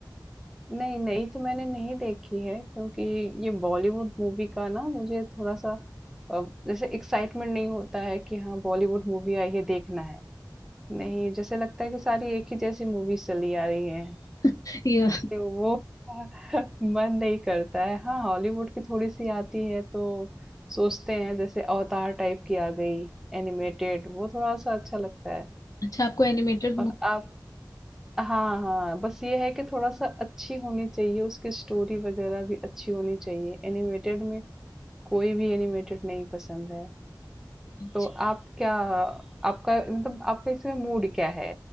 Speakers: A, in the centre; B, on the left.
A: नहीं नहीं तो मैंने नहीं देखी है क्योंकि ये बॉलीवुड मूवी का ना मुझे थोड़ा सा अ, जैसे एक्साइटमेंट नहीं होता है कि हाँ बॉलीवुड मूवी आई है देखना है नहीं जैसे लगता है कि सारी एक ही जैसी मूवीज चली आ रही है
B: <laughs> ये
A: इसलिए वो <laughs> मन नहीं करता है। हाँ, हॉलीवुड की थोड़ी-सी आती है तो सोचते हैं जैसे अवतार टाइप की आ गई एनिमेटेड वो थोड़ा-सा अच्छा लगता है।
B: अच्छा आपको एनिमेटेड मूवी
A: और आप हाँ, हाँ, बस ये है कि थोड़ा-सा अच्छी होनी चाहिए, उसकी स्टोरी वगैरह भी अच्छी होनी चाहिए। एनिमेटेड में कोई भी एनिमेटेड नहीं पसंद है।
B: अच्छा
A: तो आप क्या आपका मतलब आपका इसमें मूड क्या है?